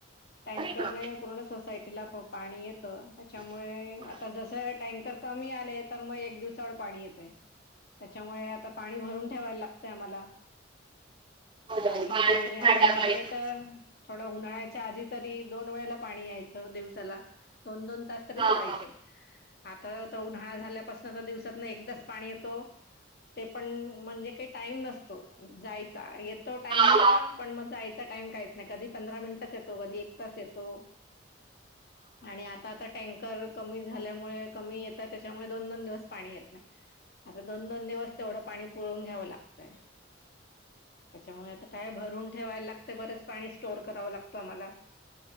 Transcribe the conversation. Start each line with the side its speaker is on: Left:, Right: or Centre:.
Left: टँकरने
Right: अरे बापरे!
Left: पूर्ण सोसायटीला पू पाणी येत. त्याच्या मुळे आता जस टँकर कमी आ. आपल्या कडे तर मग एक दिवसाआड पाणी येत त्याच्यामुळे. आता पाणी भरून ठेवायला लागतय आम्हाला.
Right: हो पाण्याच्या
Left: आणि पहिले आता
Right: छाट्या
Left: मध्ये
Right: पाहिजे.
Left: तर थोड उन्हाळ्याच्या आधी तरी दोन वेळेला पाणी यायचं दिवसाला दोन दोन तास तरी
Right: हां,
Left: सोडायची.
Right: हां,
Left: आता तर उन्हाळा झाल्यापासून तर दिवसात ना एकदाच पाणी येतो. ते पण म्हणजे काही टाईम नसतो जायचा येतो टाईमला
Right: हां,
Left: पण मग जायचा टाइम काहीच नाही कधी पंधरा मिनिटच येतो कधी एक तास येतो
Right: ह <unintelligible>
Left: आणि आता आ टँकर कमी झाल्यामुळे कमी येतात त्याच्यामुळे दोन दोन दिवस पाणी येत नाही आता दोन दोन दिवस तेवढं पाणी पुरवून घ्यावं लागतंय त्याच्यामुळे आता काय भरून ठेवायला लागते बरेच पाणी स्टोअर करावं लागतो आम्हाला